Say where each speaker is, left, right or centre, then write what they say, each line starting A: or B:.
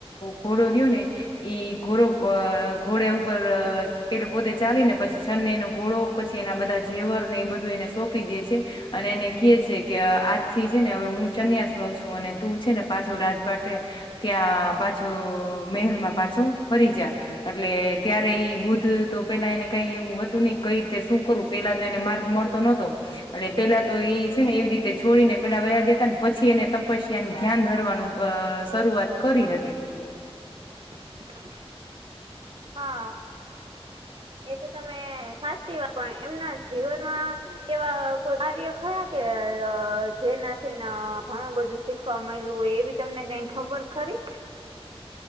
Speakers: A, on the left (about 50°); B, on the right (about 55°).
A: ઘોડો રીયો ને ઈ ઘોડો અ ઘોડે ઉપર અ પેલો પોતે ચાલીને પછી છન્ને એનો ઘોડો પછી એના બધા ઝેવર ને એ બધું એને સોંપી દે છે. અને એને કેય છે કે આજ થી છે ને હું સંન્યાસ લવ છું અને તું છે ને પાછો રાજપાઠ એ ત્યાં પાછું મહેલ માં પાછું ફરીજા. એટલે ત્યારે ઈ બુદ્ધ તો પેલા એને કઈ એવું હતું નઈ કઈ રીતે શું કરું પેલા તો એને માર્ગ મળતો નતો એટલે પેલા તો ઈ છે ને એવી રીતે છોડી ને પેલા વયા ગયાતા ને પછી એને તપસ્યાને ધ્યાન ધરવાનું અ શરૂઆત કરી હતી.
B: <inaudible> હા. એ તો તમે સાચી વાત પણ એમના જીવનમાં એવા કોઈ કાર્ય ખરા કે જેનાથી ને ઘણું બધું શીખવા મયલું હોય એવી તમને કઈ ખબર ખરી.